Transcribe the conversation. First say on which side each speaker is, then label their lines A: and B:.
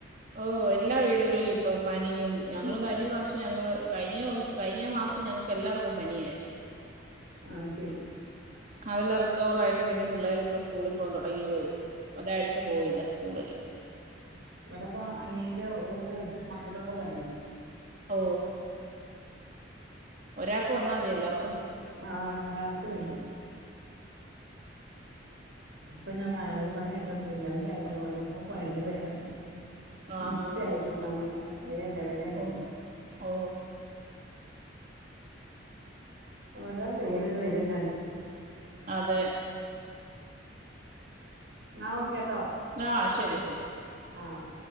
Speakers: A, on the right; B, on the right.
A: ഓ എല്ലാ വീടുകളിലും ഇപ്പൊ പനിയും ഞങ്ങള്
B: ഉം
A: കഴിഞ്ഞ പ്രാവശ്യം ഞങ്ങള് കഴിഞ്ഞ ദിവസം കഴിഞ്ഞ മാസം ഞങ്ങക്ക് എല്ലാർക്കും പനിയായിര്ന്നു
B: ആഹ് ശെരി
A: അതെല്ലാം റിക്കവർ ആയിട്ട് പിന്നെ പിള്ളേര് ഇപ്പ സ്കൂളിൽ ലെ ഇപ്പ തുടങ്ങിയതേള്ളു ഒരാഴ്ച പോയില്ല സ്കൂളില്
B: ഇവിടുപ്പ അനിയന്റെ ഒക്കും മക്കക്കൊക്കെ പനിയാ
A: ഓ ഒരാക്ക് വന്നാ മതി എല്ലാർ
B: ആ എല്ലാർക്കും വരും ഇപ്പൊ ഞാൻ വൈറൽ പനിയായിട്ടും ശിഗല്ലായിട്ടും ഓരോ പനിന്റെ പേരല്ലേ
A: ആഹാ
B: നിപ്പയിട്ടും വന്ന് വരന്നെ വരന്നെ
A: ഓ ഓ
B: ഓരോ പേരണ് വരുന്നത്.
A: അതെ
B: ന്നാ ഓക്കെ
A: ആ ശരി ശ ശരി
B: ആഹ്